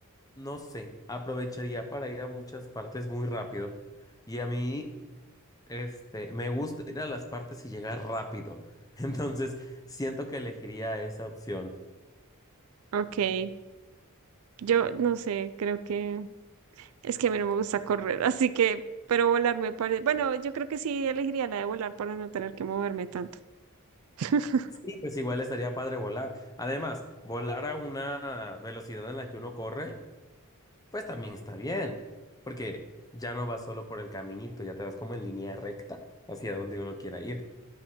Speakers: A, on the left (about 15°); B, on the right (about 75°).
A: no sé, aprovecharía para ir a muchas partes muy rápido. Y a mí, este, me gusta ir a las partes y llegar rápido. <laughs> Entonces, siento que elegiría esa opción.
B: Ok, yo no sé, creo que es que a mí no me gusta correr, <laughs> así que, pero volar me parece, bueno, yo creo que sí elegiría la de volar para no tener que moverme tanto. <laughs>
A: Sí, pues igual estaría padre volar. Además, volar a una velocidad en la que uno corre, pues también está bien, porque ya no vas solo por el caminito, ya te vas como en línea recta hacia donde uno quiera ir.